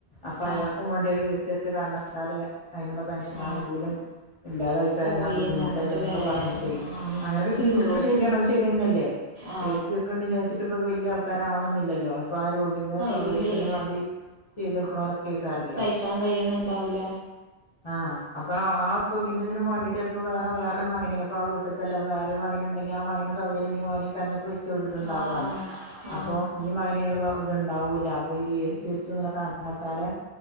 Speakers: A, on the left (about 35°); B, on the right (about 40°).
A: അപ്പൊ അയാക്കും
B: ആ
A: വാണ്ടി അഎസി ച്ചകാരണം- ല്ലാതെ അയിനുള്ള പെൻഷനാനുകൂല്യം
B: ആ
A: ഇല്ലാതായി കഴിഞ്ഞാൻ
B: പോയിന്ന്
A: ബുദ്ധിമുട്ടല്ലേന്നൊക്കെ
B: പറഞ്ഞിട്ടല്ലേ
A: പറഞ്ഞിട്ടേയ്
B: ആ
A: ഉം അങ്ങനൊക്കെ ചിന്തിക്കുന്നത്
B: ഈ യൂറോപ്പ്
A: ശരിയാണ് അത് ശരിയന്നെയല്ലേ?
B: ആ
A: എസ് സി വെക്കണ്ട് വിചാച്ചിട്ട് പ്പൊ അത് വല്യ ആൾ- ക്കാരാവണെന്നില്ലല്ലോ അപ്പൊ ആ രോഗീന്റെ സൗകര്യത്തിന്
B: ഇല്ലേ
A: വാണ്ടി ചെയ്തൊടുക്കണോലൊക്കെക്കാരല്ലോ
B: ക്കാൻ കയണ് ണ്ടാവൂല
A: ആഹ് അപ്പൊ ആ രോഗിന്റെതിന് വേണ്ടിട്ട് ചിലപ്പോ വേറെ വേറൊരു മകനെ അപ്പൊ ആഹ് വീ അടുത്തല്ല വേറൊരു മകനുണ്ടെങ്കി ആഹ് മകന് സൗകര്യം ഉണ്ടെങ്കി ഓന് കറിയൊക്കെ വെച്ച് കൊടുത്തിട്ടുണ്ടാവാന്ന്
B: ആ ആ
A: അപ്പൊ ഈ മകനേള്ളൂ ത്ണ്ടാവൂല്ല അപ്പൊ എസി വെച്ചുന്ന്ള്ള കാരണത്താലെ